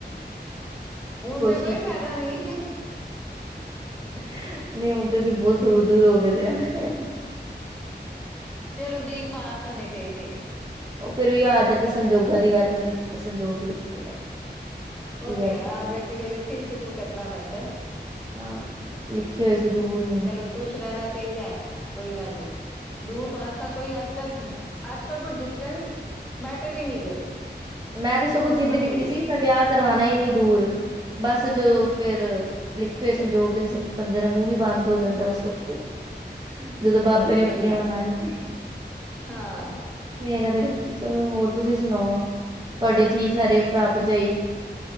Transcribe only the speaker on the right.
ਸ਼ੀਸ਼।
ਨਹੀਂ ਹੁਣ ਤਾਂ ਅਸੀਂ ਬਹੁਤ ਦੂਰ-ਦੂਰ ਹੋ ਗਏ ਦੇ ਹਾਂ।
ਉਹ ਫ਼ਿਰ ਓਹ ਹੀ ਓ ਆ ਜਾ ਕੇ ਸੰਜੋਗਾਂ ਦੀ ਗੱਲ ਹੁੰਦੀ ਜਿੱਥੇ ਸੰਜੋਗ ਲਿਖੇ ਨੇ।
ਕੀ ਕਰ
ਸਕਦੇ
ਹਾਂ, ਲਿਖੇ ਹੋਏ ਜੇ ਦੂਰ ਹੁਣ।
ਮੈਂ ਤੇ ਸਗੋਂ
ਜਿੱਦ
ਕੀਤੀ
ਸੀਗੀ ਮੈਂ ਵਿਆਹ ਕਰਵਾਣਾ ਹੀ ਨੀ ਦੂਰ। ਬਸ ਜਦੋਂ ਫਿਰ ਲਿਖੇ ਹੋਏ ਸੰਯੋਗ ਤੇ ਬੰਦੇ ਦਾ ਮੂੰਹ ਵੀ ਬੰਦ ਹੋ ਜਾਂਦਾ ਉਸ ਵਕਤ ਜਦੋਂ ਬਾਬੇ
ਨੇ ਆਪਣੀਆਂ
ਮਨਾਨੀ
ਏ।
ਮੇਰਾ ਤੇ ਚਲੋ ਹੋਰ ਤੁਸੀਂ ਸੁਣਾਓ ਤੁਹਾਡੇ ਠੀਕ ਸਾਰੇ ਭਰਾ ਭਰਜਾਈ।